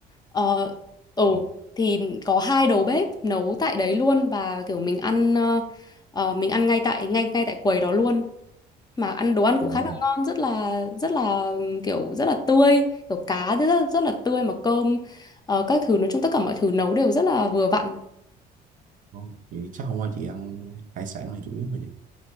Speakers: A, on the left; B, on the right.
A: Ờ ừ
B: ừ.
A: thì có hai đầu bếp nấu tại đấy luôn và kiểu mình ăn ờ, ờ, mình ăn ngay tại ngay ngay tại quầy đó luôn mà ăn đồ ăn cũng
B: ừ.
A: khá là ngon rất là rất là kiểu rất là tươi kiểu cá thì rất, rất là tươi mà cơm ờ, các thứ nói chung tất cả mọi thứ nấu đều rất là vừa vặn
B: Không, chị chắc hôm qua chị ăn hải sản là chủ yếu mà chị